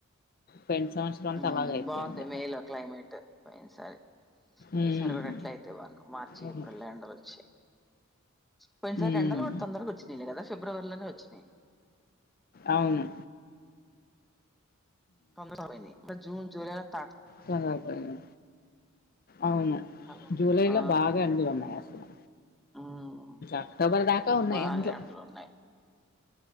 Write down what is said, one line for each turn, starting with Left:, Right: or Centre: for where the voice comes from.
Left: పొయిన సమ సంవత్సరం అంత
Centre: మ్మ్.
Left: అలాగ అయిపోయింది
Centre: బాగుంది మేలో క్లైమేట్ పోయినసారి
Left: ఉమ్
Centre: ఈసారి కూడా ఎట్లా అయితే బాను మార్చి
Left: అవును
Centre: ఏప్రిల్ ఎండలు వచ్చాయి కొన్నిసార్
Left: ఉమ్
Centre: రెండలు కూడా తొందరకి వచ్చినాయి కదా ఫిబ్రవరిలోనే వచ్చినాయి
Left: అవును
Centre: తొ మ్దదరగ పోయి నిజూన్ జలై త
Left: చాల పోయిని అవును
Centre: హలో
Left: జూలైలో
Centre: ఆ
Left: బాగ ఎండలు ఉన్నాయ అసలు
Centre: ఉమ్
Left: అక్టోబర్ దాక ఉన్నాయి
Centre: బాగా
Left: అందులో
Centre: ఎండలు ఉన్నాయి